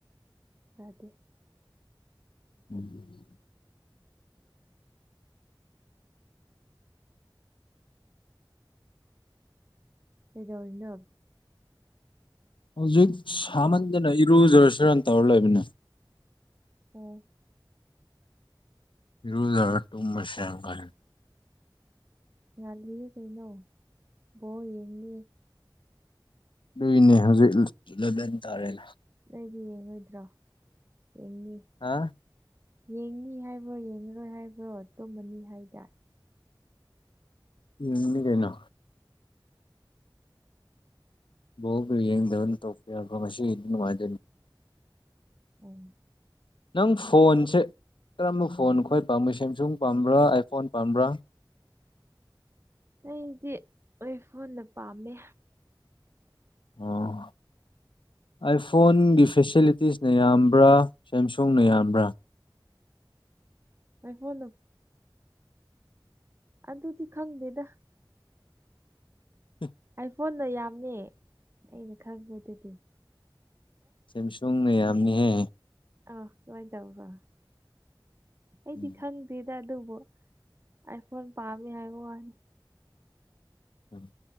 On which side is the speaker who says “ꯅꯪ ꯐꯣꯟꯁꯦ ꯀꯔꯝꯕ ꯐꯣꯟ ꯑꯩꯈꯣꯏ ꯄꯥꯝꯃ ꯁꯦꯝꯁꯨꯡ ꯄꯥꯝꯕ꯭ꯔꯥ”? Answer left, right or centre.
Left